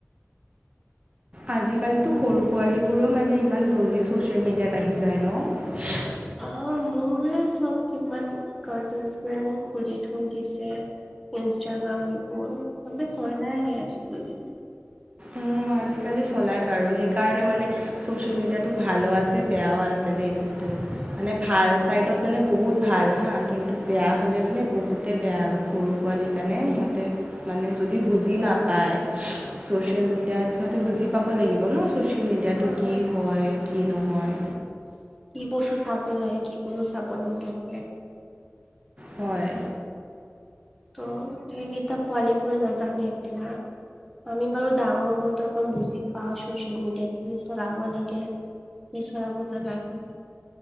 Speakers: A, on the right; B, in the centre.
A: আজিকালিতো সৰু পোৱালিবোৰো মানে ইমান জল্দি ছ'চিয়েল মিডিয়াত আহি যায় ন।
B: অহ মোৰে চব কিমান কাজিনবোৰ এনে খুলি থৈ দিছে। ইনষ্টাগ্ৰাম এইবোৰ চবে চলাই আজিকালি।
A: উম আজিকালি চলাই বাৰু সেইকাৰণে মানে ছ'চিয়েল মিডিয়াটো ভালো আছে বেয়াও আছে দেই। কিন্তু মানে ভাল চাইডত মানে বহুত ভাল হাঁ, কিন্তু বেয়া হ'লে মানে বহুতে বেয়া আৰু সৰু পোৱালীৰ কাৰণে সিহঁতে মানে যদি বুজি নাপায় চোচিয়েল ছ'চিয়েল মিডিয়াতো সিহঁতে বুজি পাব লাগিব ন ছ'চিয়েল মিডিয়াটো
B: অ'
A: কি হয় কি নহয়।
B: কি বস্তু চাব লাগে কি বস্তু চাব নালাগে।
A: হয়।
B: তো সেইকেইটা পোৱালীবোৰে নাজানে এতিয়া। আমি বাৰু ডাঙৰ বহুতো অকণ বুজি পাওঁ চচিয়েল মিডিয়াত কি চলাব লাগে কি চলাব নালাগে।